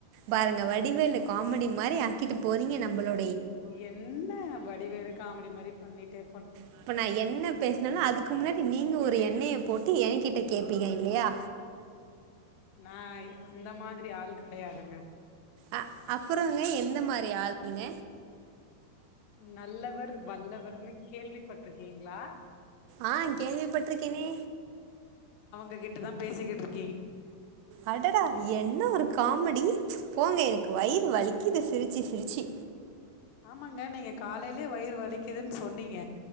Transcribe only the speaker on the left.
என்ன வடிவேலு காமெடி மாரி பண்ணீடே
நா அந்த மாதிரி ஆள் கடையாதுங்க
நல்லவர் வல்லவர்னு கேள்விபட்ருக்கீங்ளா
ககிட்ட தா பேசிகுட்ருக்
ஆமாங்க நீங்க காலேலயே வயிறு வலிக்குதுன் சொன்னீங்க